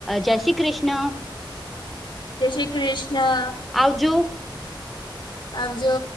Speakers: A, in the centre; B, on the left.
A: જય શ્રી કૃષ્ણ.
B: જય શ્રી કૃષ્ણ.
A: આવ જો.
B: આવ જો.